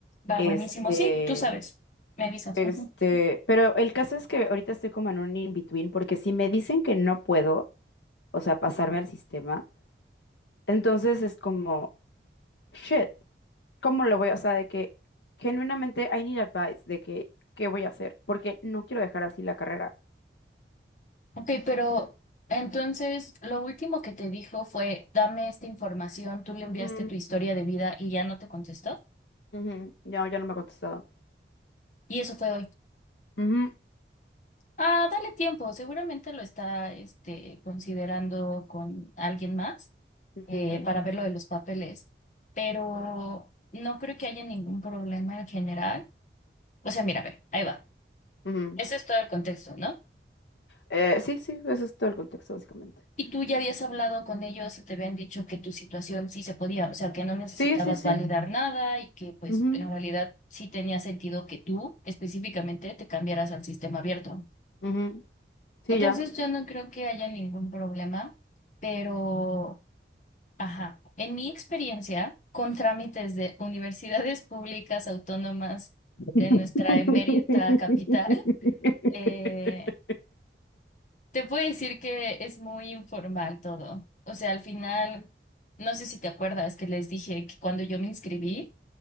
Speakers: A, on the left; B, on the left.
A: va
B: Este,
A: buenísimo. Sí, tú sabes, me avisas.
B: este,
A: Ujú.
B: pero el caso es que ahorita estoy como en un in-between, porque si me dicen que no puedo, o sea, pasarme al sistema, entonces es como, shit, ¿cómo lo voy a, o sea, de que genuinamente I need advice de que, ¿qué voy a hacer? Porque no quiero dejar así la carrera.
A: Ok, pero entonces lo último que te dijo fue, dame esta información, tú le
B: Ujú,
A: enviaste tu historia de vida y ya no te contestó.
B: ujú, No, ya no me ha contestado.
A: Y eso fue hoy.
B: Ujú,
A: Ah, dale tiempo, seguramente lo está este, considerando con alguien más
B: ujú,
A: eh, para ver lo de los papeles, pero no creo que haya ningún problema en general. O sea, mira, a ver, ahí va.
B: ujú.
A: Ese es todo el contexto, ¿no?
B: Eh, sí, sí, ese es todo el contexto, básicamente.
A: Y tú ya habías hablado con ellos y te habían dicho que tu situación sí se podía, o sea, que no necesitabas
B: Sí, sí, sí.
A: validar nada y que pues
B: Ujú,
A: en realidad sí tenía sentido que tú específicamente te cambiaras al sistema abierto.
B: ujú. Sí,
A: Entonces
B: ya.
A: yo no creo que haya ningún problema, pero... Ajá. En mi experiencia, con trámites de universidades públicas autónomas
B: <laughs>
A: de nuestra emérita capital, eh, te puedo decir que es muy informal todo. O sea, al final, no sé si te acuerdas que les dije que cuando yo me inscribí,